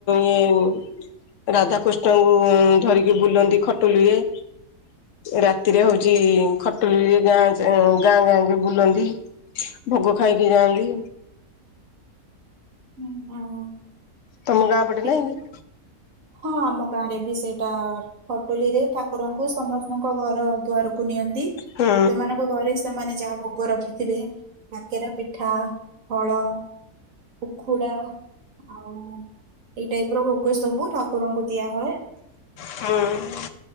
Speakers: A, on the left (about 60°); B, on the right (about 60°).
A: ଉଁ ରାଧାକୃଷ୍ଣଙ୍କୁ ଧରିକି ବୁଲନ୍ତି ଖଟୁଲିରେ। ରାତିରେ ହଉଛି ଖଟୁଳିରେ ଗାଁ ଗାଁ ଗାଁ କି ବୁଲନ୍ତି। ଭୋଗ ଖାଇକି ଯାଆନ୍ତି।
B: ହୁଁ ହୁଁ।
A: ତମ ଗାଁ ପଟେ
B: ପି-
A: ନାଇଁ।
B: ହଁ ଆମ ଗାଁରେ ବି ସେଇଟା ଖଟୁଲିରେ ଠାକୁରଙ୍କୁ ସମସ୍ତ ଙ୍କ ଘର ଦୁଆରକୁ ନିଅନ୍ତି
A: ହୁଁ
B: ସେମାନଙ୍କ ଘରେ ସେମାନେ ଯାହା ଭୋଗ ରଖିଥିବେ କାକେରା ପିଠା ଫଳ ଉଖୁଡ଼ା ଆଉ ଏଇ ଟାଇପର ଭୋଗ ସବୁ ଠାକୁରଙ୍କୁ ଦିଆ ହଏ।
A: ହଁ